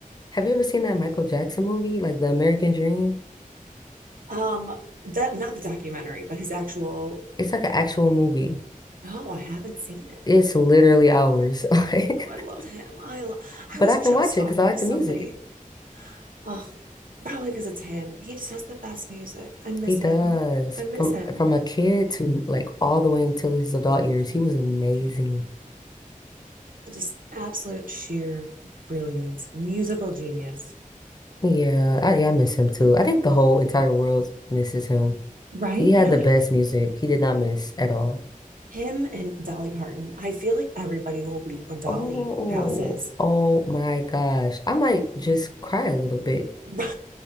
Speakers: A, on the left; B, on the right.
A: Have you ever seen that Michael Jackson movie, like The American Dream?
B: um that not the documentary but his actual
A: It's like an actual movie.
B: no i haven't seen it
A: It's literally hours. <laughs> Like,
B: oh i love him i love
A: but
B: i was
A: I can
B: just
A: watch
B: talking
A: it because I like
B: to somebody
A: the music.
B: oh probably because it's him he just has the best music i miss
A: He does.
B: him i miss
A: From
B: him
A: from a kid to like all the way until his adult years, he was amazing.
B: just absolute sheer brilliance musical genius
A: Yeah, I, yeah, I miss him too. I think the whole entire world misses him.
B: right
A: He had
B: you know
A: the
B: you,
A: best music. He did not miss at all.
B: him and Dolly Parton. I feel like everybody will weep when Dolly
A: Oh,
B: passes.
A: oh my gosh. I might just cry a little bit.
B: <laughs> Right?